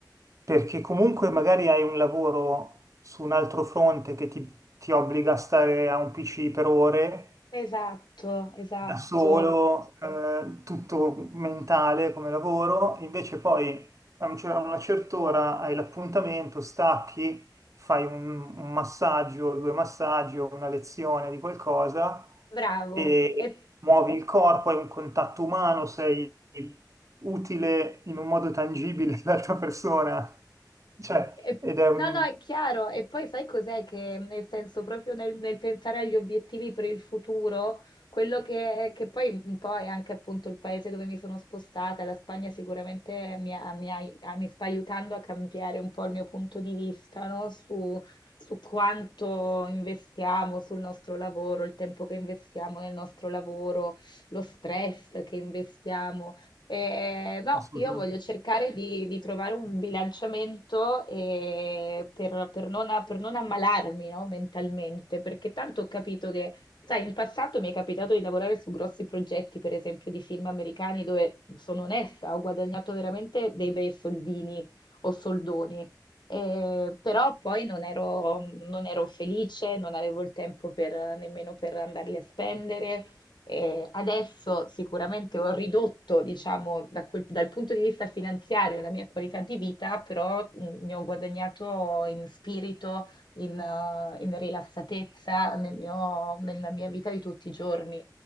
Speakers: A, on the right; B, on the left.
A: perché comunque magari hai un lavoro su un altro fronte che ti, ti obbliga a stare a un PC per ore
B: Esatto, esatto,
A: da solo, eh, tutto mentale come lavoro, invece poi a un cer- a una certa ora hai l'appuntamento, stacchi, fai un, un massaggio, due massaggi o una lezione di qualcosa
B: bravo.
A: e
B: E
A: muovi il corpo, hai un contatto umano, sei utile in un modo tangibile <laughs> all'altra persona. Cioè,
B: E-
A: ed è un...
B: no, no, è chiaro. E poi sai cos'è che, nel senso, proprio nel, nel pensare agli obiettivi per il futuro, quello che, che poi un po' è anche appunto il paese dove mi sono spostata, la Spagna sicuramente mi, ha- mi ha- ah, mi sta aiutando a cambiare un po' il mio punto di vista, no? Su, su quanto investiamo sul nostro lavoro, il tempo che investiamo nel nostro lavoro, lo stress che investiamo. Eh, no,
A: Assolutamente,
B: io voglio cercare di, di trovare un bilanciamento eh, per, per non, per non ammalarmi, no, mentalmente, perché tanto ho capito che, sai, in passato mi è capitato di lavorare su grossi progetti, per esempio di film americani, dove sono onesta, ho guadagnato veramente dei bei soldini o soldoni, eh, però poi non ero, non ero felice, non avevo il tempo per- nemmeno per andarli a spendere eh, adesso sicuramente ho ridotto, diciamo, da quel- dal punto di vista finanziario la mia qualità di vita, però mh, ne ho guadagnato in spirito, in, eh, in rilassatezza nel mio- nella mia vita di tutti i giorni.